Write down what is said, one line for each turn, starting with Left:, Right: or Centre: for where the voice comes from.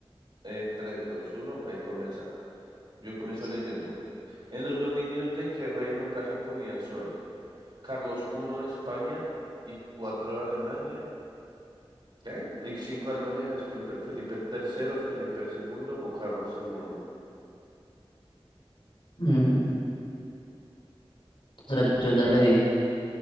Right: en tres, dos, uno, Ahí comienza. Yo comienzo
Left: Listo.
Right: leyendo. En los dominios de qué rey nunca se ponía el sol. Carlos I de España y 4 de Alemania. ¿Qué? Y 5 de Alemania, disculpe. Felipe tercero, Felipe segundo o Carlos segundo.
Left: Mm, ya- yo ya le di.